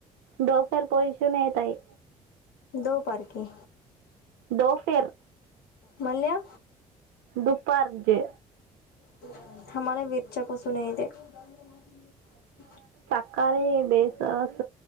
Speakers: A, on the right; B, on the left.
A: डोक्यावर पोशून येत आहे.
B: दो पार्किं
A: दो फेर
B: मल्या्.
A: दुपारचे
B: <inaudible>
A: का बेसस